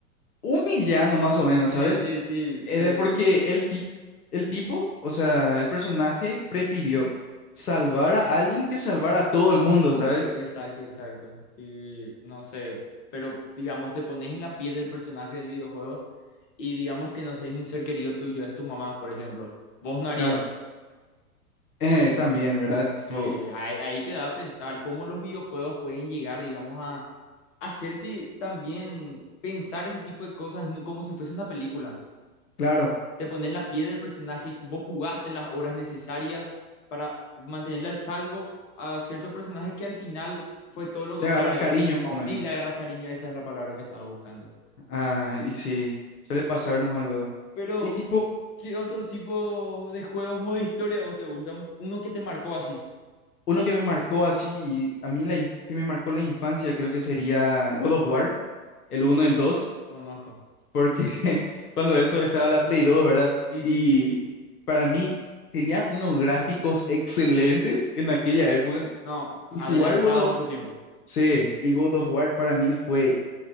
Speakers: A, on the left; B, on the left.
A: un villano, más o menos,
B: sí,
A: ¿sabes?
B: sí, sí,
A: En
B: el,
A: el- porque el, tip- el tipo, o sea, el personaje prefirió salvar a alguien que salvar a todo el mundo, ¿sabes?
B: e- exacto, exacto. Y no sé, pero digamos, te pones en la piel del personaje del videojuego y digamos que no sé, es un ser querido tuyo, es tu mamá, por ejemplo. Vos no harías.
A: Claro. Eh, también, ¿verdad?
B: Sí,
A: Tipo,
B: ahí, ahí te da a pensar cómo los videojuegos pueden llegar, digamos, a hacerte también pensar ese tipo de cosas no- como si fuese una película.
A: claro,
B: Te ponen la piel del personaje, vos jugaste las horas necesarias para mantenerle al salvo a cierto personaje que al final fue todo lo contrario.
A: le agarras cariño, más o
B: Sí,
A: menos.
B: le agarras cariño, esa es la palabra que estaba buscando.
A: Ah, y sí, suele pasar nomás luego.
B: Pero,
A: Y tipo,
B: ¿qué otro tipo de juegos modo historia a vos te gustan? Uno que te marcó así.
A: Uno que me marcó así, a mí la in- que me marcó la infancia creo que sería God of War, el uno
B: Di-
A: el dos
B: Conozco.
A: porque <laughs> cuando eso estaba la Play dos ¿verdad?
B: Sí,
A: Y
B: sí, sí, sí.
A: para mí tenía unos gráficos excelentes en aquella época
B: No,
A: y
B: adelantados
A: jugar God of,
B: a su tiempo.
A: sí, y God of War para mí fue,